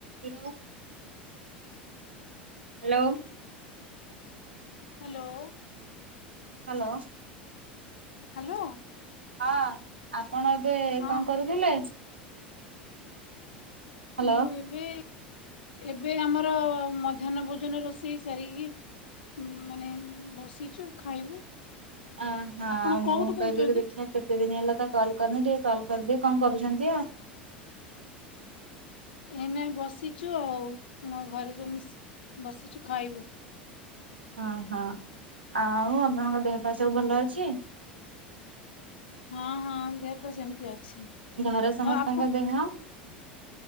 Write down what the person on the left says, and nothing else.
Hello.
Hello.
ହଁ
ମୁଁ ଏବେ ଏବେ ଆମର ମଧ୍ୟାହ୍ନ ଭୋଜନ ରୋଷେଇ ସାରିକି। ମାନେ ବସିଛୁ ଖାଇବୁ।
ଆପଣ
କୋଉଠୁ
କହୁଛନ୍ତି?
ଏ ନାଇ ବସିଛୁ ଆଉ ମୋ ଘରେ ସବୁ ମିଶି ବସିଛୁ ଖାଇବୁ।
ହଁ ହଁ ଦେହ ପା ସେମିତି ଅଛି।
ଆଉ ଆପଣ